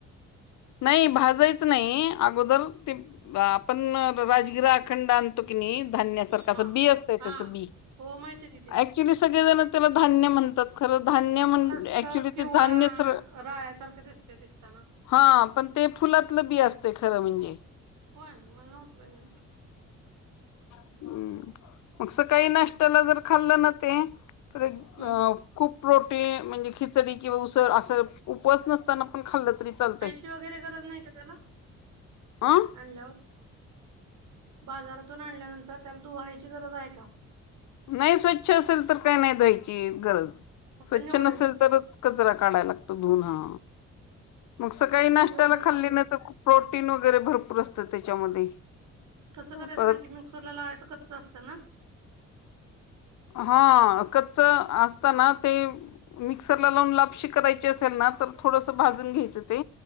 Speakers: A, on the left; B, on the right.
A: नाही भाजायच नाही अगोदर ते आपण राजगिरा अखंड आणतो की धान
B: हा
A: बी असत
B: हा
A: त्या बी
B: हो माहितीय कि ते
A: क्चली सगळे जण त्याला धान्य म्हणतात खरं धान्य म्हण
B: खसखस
A: ऍक्च्युली
B: किंवा
A: ते धान्य सर
B: राळ्यासारखं दिसते दिसताना
A: हा पण ते फुलातलं बी असते खरं म्हणजे
B: होय ना मला नव्हतं पेमेंट
A: हम्म मगस काही नाष्ट्तला जर खाल्लं न ते तर एक
B: हम्म
A: अ खूप प्रोटीन म्हणजे खिचडी किंवा उसळ असं उपस नसताना पण खाल्लं तरी चालत
B: वरेर नाही का त्याल्यावर
A: अं
B: बाजारातून आणल्यानंतर त्याला दुहायची गरज आहे का
A: नाही स्वच्छ असेल तर काय नाही दध्हायची गरज
B: फक्त
A: स्वच्छ
B: निवडायचं
A: नसेल तरच कचरा काढायला लागतो धुून हा मग सकाळी नाष्टत्याला
B: निवडून
A: खाल्ली
B: पकडून
A: नाही तर प्रोटीन वगैरे भरपूर असतं त्याच्यामध्ये
B: कसं करायचं
A: परत
B: सां की मिक्सर लावायचं कच असत ना
A: हा अ कचच असताना ते मिक्सरला लावून लापशी करायची असेल ना तर थोडस भाजून घ्यायचं ते